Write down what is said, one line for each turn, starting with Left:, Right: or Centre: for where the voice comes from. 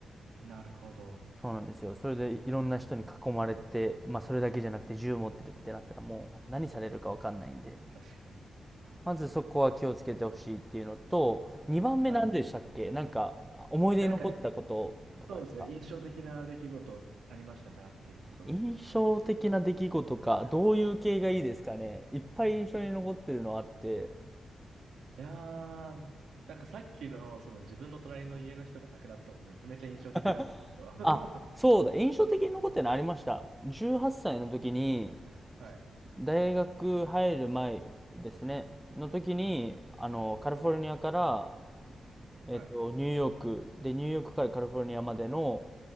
Right: なるほど。
Centre: そうなんですよ。それでいろんな人に囲まれて、まあそれだけじゃなくて銃持ってるってなったらもう何されるかわかんないんで、
Right: 確かに。
Centre: まずそこは気をつけてほしいっていうのと、2番目何でしたっけなんか思い出に残ったこととかですか
Right: はい。なんか、そうですね。印象的な出来事ありましたかっていうことを。
Centre: 印象的な出来事か、どういう系がいいですかね。いっぱい印象に残ってるのあって。
Right: えいやー、なんかさっきの、その自分の隣の家の人が亡くなったのもめちゃめちゃ印象的だったんですけど。
Centre: <laughs>
Right: <laughs> は
Centre: あ、そうだ、印象的に残ってるのありました。18歳の時に、
Right: い、
Centre: 大学入る前ですね、の時に、あの、カリフォルニアから、
Right: はい。
Centre: えっと、ニューヨーク、で、ニューヨークからカリフォルニアまでの